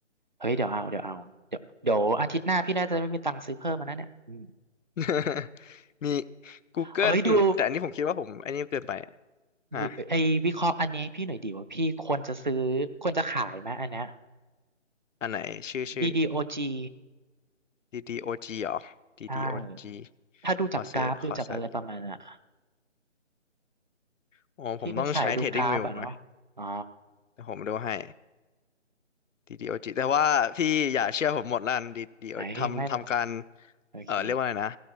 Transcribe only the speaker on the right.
เฮ้ยเดี๋ยวเอาเดี๋ยวเอาเดี๋ยวเดี๋ยวอาทิตย์หน้าพี่น่าจะไม่มีตังค์ซื้อเพิ่มมานะเนี่ยอืม
เอ้ยดู
วิไอ้วิเคราะห์อันนี้ให้พี่หน่อยดีว่าพี่ควรจะซื้อควรจะขายไหมอันเนี้ย
ดีดีโอจี
ใช่ถ้าดูจากกราฟดูจากอะไรประมาณน่ะ
พี่เป็นสายดูกราฟอ่ะเนาะอ๋อ
ไอ้ยไม่หรอก
โอเค